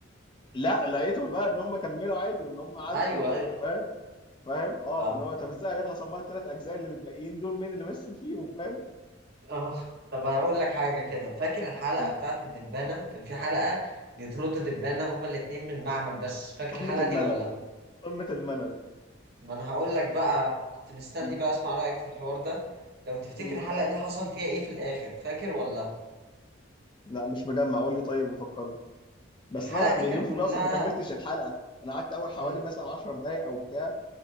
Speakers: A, on the left (about 25°); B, on the right (about 55°).
A: لا لقيته بقى ان هم كملوا عادي وان هم عدوا
B: <laughs> ايوه ايوه
A: فاهم فاهم اه
B: طب
A: فاللي هو طب ازاي هيخلص امال الثلاث اجزاء اللي متبقيين دول مين اللي مثل فيهم فاهم
B: اه طب هقول لك حاجة كده فاكر الحلقة
A: م.
B: بتاعت الدبانة كان في حلقة بيطردوا دبانة هما الاتنين من المعمل بس فاكر
A: قمه
B: الحلقة
A: الملل
B: دي ولا
A: قمه الملل
B: ما انا هقول لك بقى كنت مستني
A: م.
B: بقى اسمع رأيك في الحوار ده لو تفتكر
A: م.
B: الحلقة دي حصل فيها ايه في الآخر فاكر ولا
A: لا مش مجمع قول لي طيب وفكرني بس
B: الحلقة
A: انا
B: دي
A: مليون
B: كان كلها
A: في المية اصلا ما كملتش الحلقة انا قعدت اول حوالي
B: ال-
A: مثلا 10 دقايق او بتاع